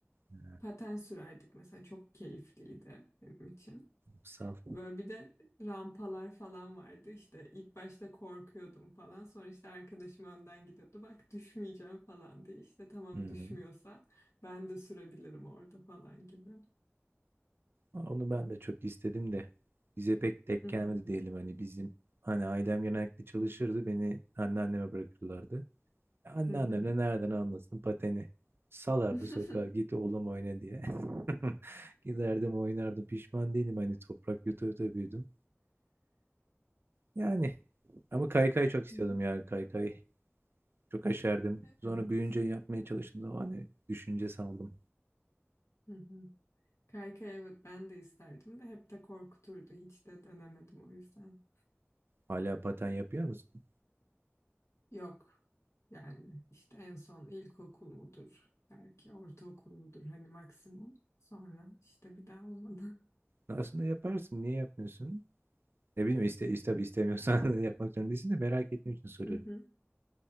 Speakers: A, on the right; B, on the left.
A: e,
B: Paten sürerdik mesela çok keyifliydi benim için.
A: sal.
B: Böyle bir de rampalar falan vardı. İşte ilk başta korkuyordum falan. Sonra işte arkadaşım önden gidiyordu. Bak düşmeyeceğim falan diye. İşte tamam
A: Hı hı.
B: düşmüyorsa ben de sürebilirim orada falan gibi.
A: Onu ben de çok istedim de bize pek denk
B: Hı
A: gelmedi
B: hı,
A: diyelim hani bizim hani ailem genellikle çalışırdı beni anneanneme bırakırlardı. Anneannem
B: hı hı.
A: de nereden anlasın pateni. Salardı
B: <laughs>
A: sokağa git oğlum oyna diye. <laughs> Giderdim oynardım pişman değilim hani toprak yuta yuta büyüdüm. Yani ama kaykay çok istiyordum
B: <laughs>
A: ya kaykay. Çok aşerdim.
B: Evet.
A: Sonra büyüyünce yapmaya çalıştım da hani düşünce saldım.
B: <laughs> Kaykay evet ben de isterdim de hep de korkuturdu. Hiç de denemedim o yüzden.
A: Hala paten yapıyor musun?
B: Yok. Yani işte en son ilkokul mudur? Belki ortaokul mudur hani maksimum. Sonra işte bir daha olmadı.
A: Aslında yaparsın niye yapmıyorsun? Ne bileyim iste, iste istemiyorsan
B: <laughs>
A: <laughs> yapmak zorunda değilsin de merak ettiğim için soruyorum.
B: Hı hı.